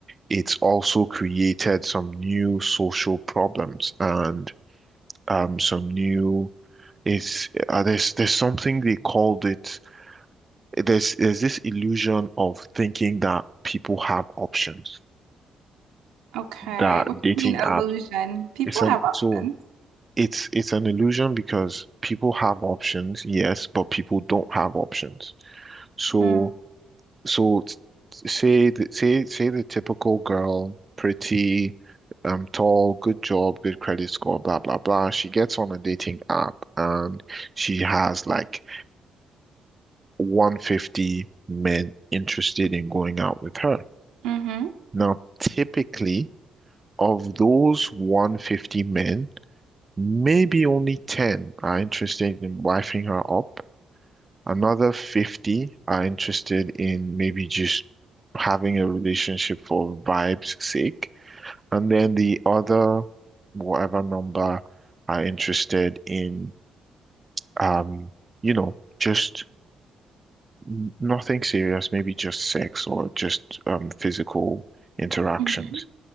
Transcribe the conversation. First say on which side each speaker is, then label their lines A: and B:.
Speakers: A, on the right; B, on the right.
A: it's also created some new social problems and um some new It's uh, there's there's something they called it. There's there's this illusion of thinking that people have options.
B: Okay.
A: that
B: What do
A: dating
B: you mean
A: app
B: illusion? People
A: it's an
B: have options.
A: so it's it's an illusion because people have options, yes, but people don't have options. So
B: Mm-hmm.
A: so t- say the, say say the typical girl, pretty, um, tall, good job, good credit score, blah blah blah. She gets on a dating app and she has like 150 men interested in going out with her.
B: Mm-hmm.
A: Now, typically, of those 150 men. Maybe only 10 are interested in wifing her up. Another 50 are interested in maybe just having a relationship for vibes' sake. And then the other, whatever number, are interested in, um, you know, just n- nothing serious, maybe just sex or just um, physical interactions.
B: Mm-hmm.